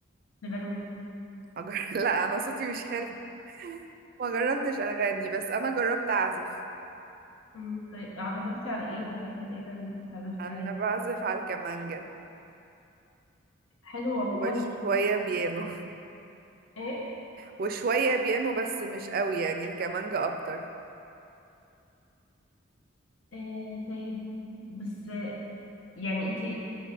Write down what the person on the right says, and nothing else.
أجر... <laughs> لا أنا صوتي مش حلو ما جربتش أغني بس أنا جربت أعزف
أنا
بعزف على الكمانجة
وشوية بيانو
وشوية بيانو بس مش قوي يعني الكمانجا أكتر